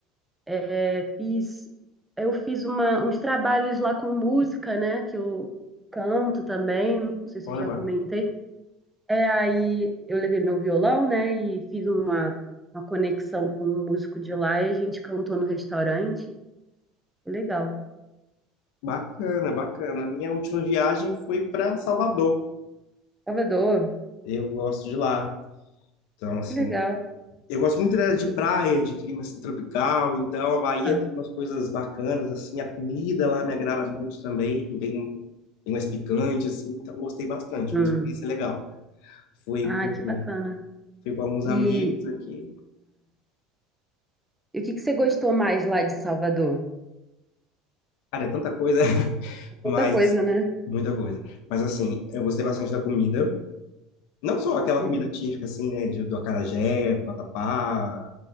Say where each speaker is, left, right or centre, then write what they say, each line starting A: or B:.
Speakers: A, in the centre; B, on the left.
A: é, fiz, eu fiz uma- uns trabalhos lá com música, né, que eu canto também, não sei se
B: Olha,
A: eu já
B: ba-
A: comentei. É, aí eu levei meu violão, né, e fiz uma, uma conexão com um músico de lá e a gente cantou no restaurante. Legal.
B: bacana, bacana. A minha última viagem foi para Salvador.
A: Salvador,
B: Eu gosto de lá. Então, assim,
A: que legal.
B: Eu gosto muito, né, de praia, de clima assim, tropical, então a Bahia
A: Ah,
B: tem umas coisas bacanas, assim, a comida lá me agrada muito também, bem, bem mais picante, assim, então gostei bastante,
A: hum.
B: uma experiência legal. Fui
A: Ah,
B: com,
A: que bacana.
B: fui com alguns
A: E,
B: amigos aqui,
A: E o que que você gostou mais lá de Salvador?
B: cara, é tanta coisa, <laughs> mas,
A: Outra coisa,
B: assim,
A: né?
B: muita coisa. Mas, assim, eu gostei bastante da comida, não só aquela
A: Uhum,
B: comida típica, assim, né, de, do acarajé, do vatapá,